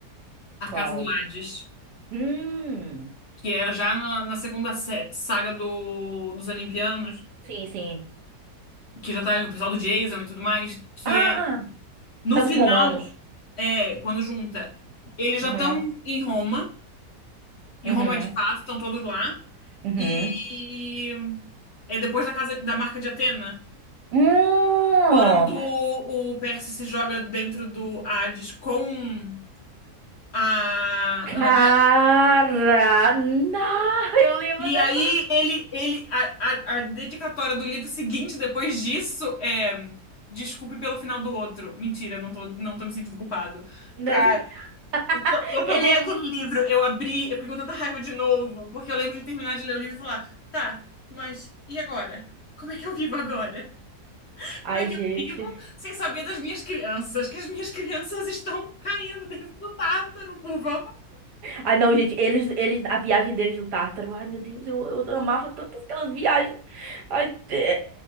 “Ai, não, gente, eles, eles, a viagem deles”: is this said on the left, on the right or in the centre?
Right